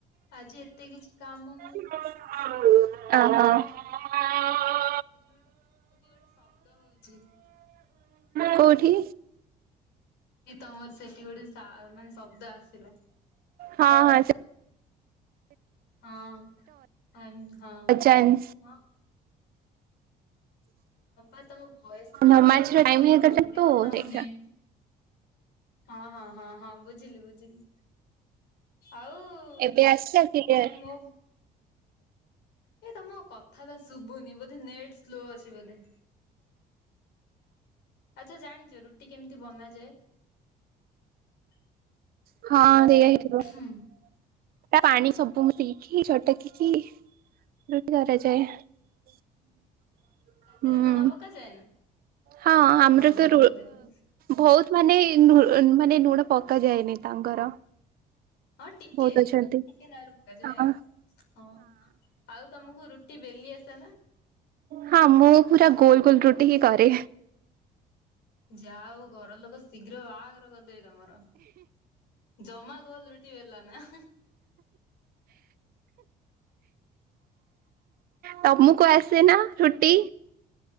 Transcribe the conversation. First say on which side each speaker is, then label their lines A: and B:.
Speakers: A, on the left; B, on the right.
A: ଆଜି ଏତେ କିଛି କାମ ନାହିଁ।
B: ଓହୋ। <unintelligible>
A: ସେଠି ଗୋଟେ ସେଠି ଗୋଟେ ଶବ୍ଦ ହୋଉଚି।
B: କୋଉଠି?
A: କି ତମର ସେଠି ଗୋଟେ ସା ମାନେ ଶବ୍ଦ ଆସିଲା।
B: ହଁ ହଁ ସେ
A: ହଁ ଆମ୍ ହଁ
B: ଅଜାନ୍ସ
A: ହଁ। ହଁ ବା ତମ ଭ‌ଏସ୍ କଣ
B: ନମାଜର
A: କଟୁଛି
B: ଟାଇମ ହେଇଗଲା
A: ହୋଉନି
B: ତ
A: ବୋଧେ ତମ
B: ସେଇଟା
A: ନେଟ୍ ହଁ ହଁ ହଁ ହଁ ବୁଝିଲି ବୁଝି ଲି ଆଉ ଆଉ
B: ଏବେ ଆସିଲା କ୍ଲିୟର
A: ମୋ। ଏ ତମ କଥାଟ ଶୁଭୁନି ବୋଧେ ନେଟ ସ୍ଲୋ ଅଛି। ବୋଧେ। ସବୁ ଜାଣିଛ ରୁଟି। କେମିତି ବନାଯାଏ।
B: ହଁ। ସେଇଆ ହେଇଥିବ।
A: ହୁଁ
B: ପାଣି ସବୁ ମୁ ପିଇକି ଛଟକିକି ରୁଟି କରାଯାଏ। <unintelligible>
A: ତା ଦେହରେ
B: ହୁଁ
A: ଲୁଣ ପକାଯାଏ ନା
B: ହଁ ଆମର
A: ଲୁଣ
B: ତ
A: ପକାଯାଏ
B: ବହୁତ ମାନେ ମାନେ ଗୁଣ ପକା ଯାଇଏନି ତାଙ୍କର।
A: ହଁ ଟିକେ
B: ବହୁତ ଅଛନ୍ତି
A: ଟିକେ ନାରୁ ପକାଯାଏ
B: ହଁ
A: ଆଉ ହଁ ଆଉ ତମକୁ ରୁଟି ବେଲି ଆସ ନା।
B: ହଁ ମୁଁ ପୁରା ଗୋଲ ଗୋଲ ରୁଟି ହି କରେ।
A: ଯାହାହୋଉ ଘର ଲୋକ। ଶୀଘ୍ର ବାହାଘର କରିଦେବେ ତମର ଜମା ଗୋଲ ରୁଟି ବେଲନା।
B: ତମକୁ ଆସେ ନା ରୁଟି।